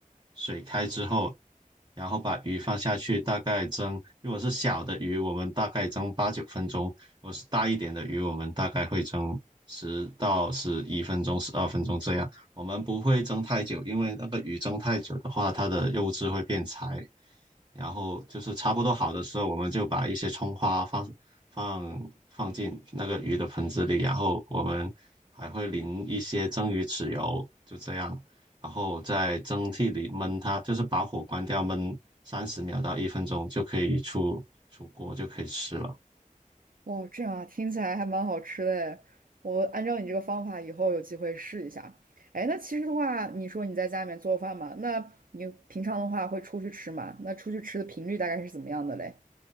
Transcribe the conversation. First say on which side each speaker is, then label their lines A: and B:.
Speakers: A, on the right; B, on the right.
A: 水开之后，然后把鱼放下去，大概蒸。如果是小的鱼，我们大概蒸八九分钟；如果是大一点的鱼，我们大概会蒸十到十一分钟、十二分钟这样。我们不会蒸太久，因为那个鱼蒸太久的话，它的肉质会变柴，然后就是差不多好的时候，我们就把一些葱花放放放进那个鱼的盆子里，然后我们还会淋一些蒸鱼豉油，就这样，然后在蒸屉里焖它，就是把火关掉焖三十秒到一分钟就可以出出锅，就可以吃了。
B: 哇，这样啊，听起来还蛮好吃的诶，我按照你这个方法，以后有机会试一下。哎，那其实的话，你说你在家里面做饭嘛，那你平常的话会出去吃嘛？那出去吃的频率大概是怎么样的嘞？